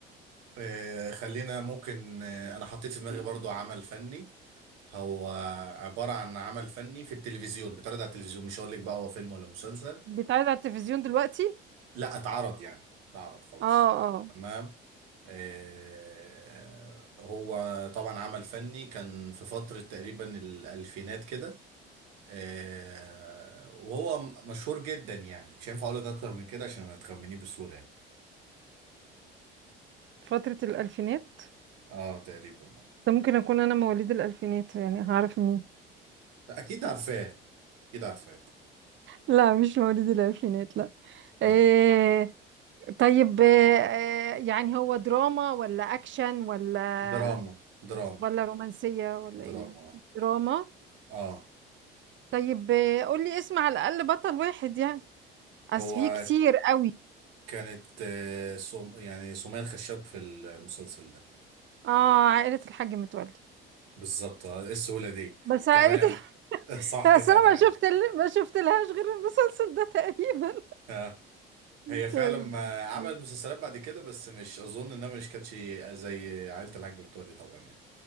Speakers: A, on the right; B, on the right.
A: آه، خلينا ممكن آه، انا حطيت في دماغي برضو عمل فني هو عبارة عن عمل فني في التلفزيون بيتعرض على التلفزيون مش هقول لك بقى هو فيلم ولا مسلسل
B: بيتعرض على التلفزيون دلوقتي
A: لا اتعرض يعني اتعرض خلاص
B: اه اه
A: تمام آه، هو طبعا عمل فني كان في فترة تقريبا الألفينات كده آه، وهو م- مشهور جدا يعني مش هينفع اقول لك اكتر من كده عشان هتخمنيه بسهوله يعني
B: فترة الألفينات
A: اه تقريبا اه
B: ده ممكن أكون أنا مواليد الألفينات يعني هعرف منين
A: لا، اكيد عارفاه اكيد عارفاه
B: لا مش مواليد الألفينات لا
A: آه.
B: إيه طيب آه، يعني هو دراما ولا أكشن ولا
A: دراما دراما
B: ولا رومانسية ولا
A: دراما
B: إيه
A: اه
B: دراما
A: اه
B: طيب آه، قولي اسم على الأقل بطل واحد يعني أصل
A: هو
B: في كتير قوي
A: كانت آه سم... يعني سمية الخشاب في المسلسل ده
B: آه عائلة الحاج متولي
A: بالظبط آه، ايه السهوله دي
B: بس عائلة
A: تمام
B: <laughs>
A: <laughs> صح
B: بس
A: تمام
B: أنا ما شفت ما شفت لهاش غير المسلسل ده تقريبا
A: آه.
B: <laughs>
A: هي فعلا
B: طيب
A: ما
B: أوكي.
A: عملت مسلسلات بعد كده بس مش اظن انها مش كانتش زي عائله الحاج متولي طبعا يعني